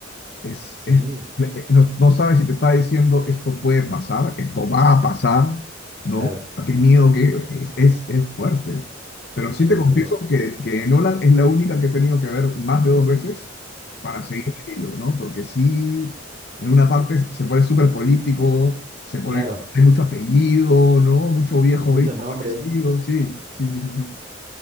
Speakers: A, on the left (about 55°); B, on the right (about 45°).
A: es,
B: sí,
A: es- me- eh, no, no sabes si te está diciendo esto puede pasar, esto va a pasar, ¿no?
B: claro,
A: Ah, Qué miedo que es, es, es fuerte. Pero sí
B: es
A: te confieso
B: muy bueno.
A: que, que Nolan es la única que he tenido que ver más de dos veces para seguir el hilo, ¿no? Porque sí, en una parte se pone súper político, se pone,
B: Claro,
A: hay mucho apellido, ¿no? Mucho viejo
B: muchos
A: gringo
B: nombres.
A: parecido, sí, sí, sí, sí, sí.